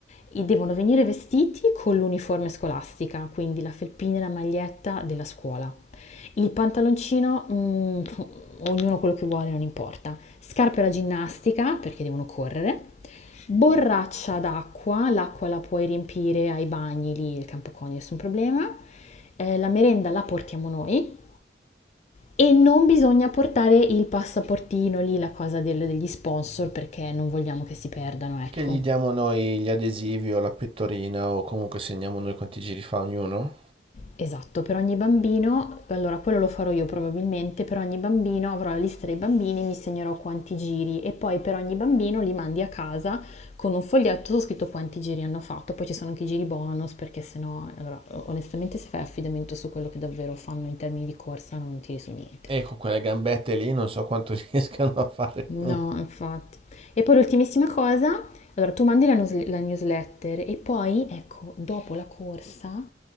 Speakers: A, on the left; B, on the right.
A: i- devono venire vestiti con l'uniforme scolastica, quindi la felpina e la maglietta della scuola. Il pantaloncino, mm, ognuno quello che vuole, non importa. Scarpe da ginnastica, perché devono correre. Borraccia d'acqua, l'acqua la puoi riempire ai bagni lì, il campo coni, nessun problema. Eh, la merenda la portiamo noi e non bisogna portare il passaportino lì, la cosa del- degli sponsor, perché non vogliamo che si perdano, ecco.
B: Che gli diamo noi gli adesivi o la pettorina o comunque segniamo noi quanti giri fa ognuno?
A: Esatto, per ogni bambino, allora quello lo farò io probabilmente, per ogni bambino avrò la lista dei bambini, mi segnerò quanti giri e poi per ogni bambino li mandi a casa con un foglietto scritto quanti giri hanno fatto, poi ci sono anche i giri bonus perché sennò, allora onestamente se fai affidamento su quello che davvero fanno in termini di corsa non tiri su niente.
B: E con quelle gambette lì non so quanto <laughs> riescano a fare.
A: No, infatti. E poi l'ultimissima cosa, allora tu mandi la, news- la newsletter e poi, ecco, dopo la corsa,